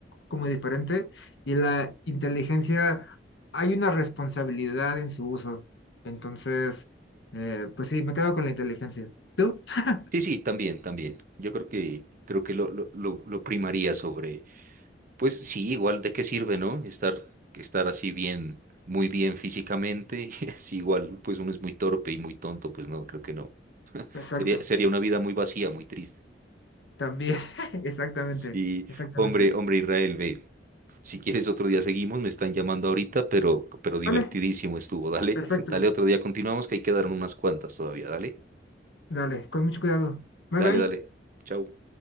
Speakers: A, on the left; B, on the right.
A: como diferente y la inteligencia hay una responsabilidad en su uso. Entonces, eh, pues sí, me quedo con la inteligencia. ¿Tú? <laughs>
B: Sí, sí, también, también. Yo creo que, creo que lo, lo, lo lo primaría sobre, Pues sí, igual de qué sirve, ¿no? Estar, estar así bien, muy bien físicamente, <laughs> es igual, pues uno es muy torpe y muy tonto, pues no, creo que no.
A: Exacto,
B: Sería, sería una vida muy vacía, muy triste.
A: también, <laughs> exactamente,
B: Sí,
A: exactamente.
B: hombre, hombre Israel, ve, si quieres otro día seguimos, me están llamando ahorita, pero, pero divertidísimo
A: Vale,
B: estuvo, dale,
A: perfecto.
B: <laughs> dale otro día continuamos, que ahí quedaron unas cuantas todavía, dale,
A: Dale, con mucho cuidado. Bye
B: dale,
A: bye.
B: dale, Chau.